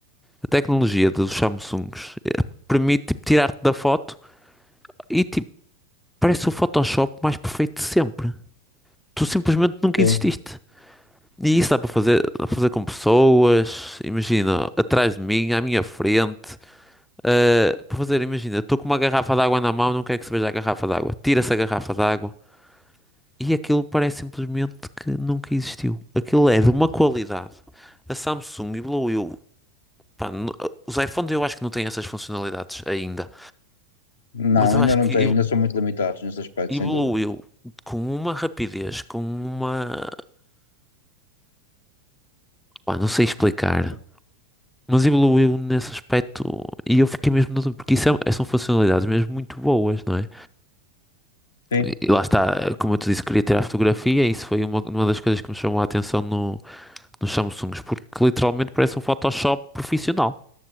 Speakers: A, in the centre; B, on the left.
A: A tecnologia dos Samsungs eh, permite, tipo, tirar-te da foto e, tipo, parece o Photoshop mais perfeito de sempre. Tu simplesmente nunca
B: Sim.
A: exististe. E isso dá para fazer, dá para fazer com pessoas, imagina, atrás de mim, à minha frente. eh, para fazer, imagina, estou com uma garrafa de água na mão, não quero que se veja a garrafa de água. Tira-se a garrafa de água. E aquilo parece simplesmente que nunca existiu. Aquilo é de uma qualidade. A Samsung evoluiu. Pá, n- os iPhones eu acho que não têm essas funcionalidades ainda.
B: Não,
A: Mas eu
B: ainda
A: acho
B: não
A: que
B: tenho,
A: ev-
B: ainda são muito limitados nesse aspecto,
A: evoluiu
B: sem dúvida.
A: com uma rapidez, com uma. Pá, não sei explicar.
B: Sim.
A: Mas evoluiu nesse aspecto e eu fiquei mesmo na dúvida, porque isso é- é, são funcionalidades mesmo muito boas, não é?
B: Sim,
A: E e lá está, como eu te disse, queria tirar a fotografia e isso foi uma, uma das coisas que me chamou a atenção no, nos Samsungs, porque literalmente parece um Photoshop profissional.